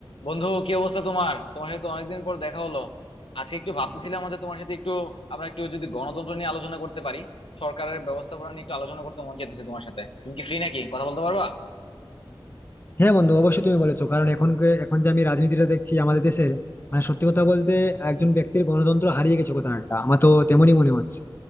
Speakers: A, on the left (about 80°); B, on the left (about 25°).
A: বন্ধু কি অবস্থা তোমার তোমার সাথে তো অনেকদিন পর দেখা হলো আজকে একটু ভাবতেছিলাম হচ্ছে তোমার সাথে একটু আমরা একটু যদি গণতন্ত্র নিয়ে আলোচনা করতে পারি সরকারের ব্যবস্থাপনা নিয়ে একটু আলোচনা করতে মন চাইতেছে তোমার সাথে তুমি কি ফ্রি নাকি কথা বলতে পারবা
B: হ্যাঁ বন্ধু অবশ্যই তুমি বলেছো কারণ এখন এখন যে আমি রাজনীতিটা দেখছি আমাদের দেশের মানে সত্যি কথা বলতে একজন ব্যক্তির গণতন্ত্র হারিয়ে গেছে কোথাও একটা আমার তো তেমনই মনে হচ্ছে